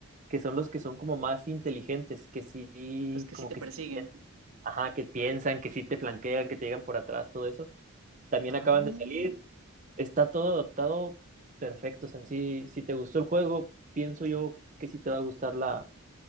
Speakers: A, on the right; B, on the right.
A: que son los que son como más inteligentes, que sí,
B: Los que
A: como
B: sí te
A: que
B: persiguen.
A: sí, piensan. ajá, que piensan, que sí te flanquean, que te llegan por atrás, todo eso. También
B: Ah,
A: acaban de salir. Está todo adaptado perfecto. O sea, si, si te gustó el juego, pienso yo que sí te va a gustar la,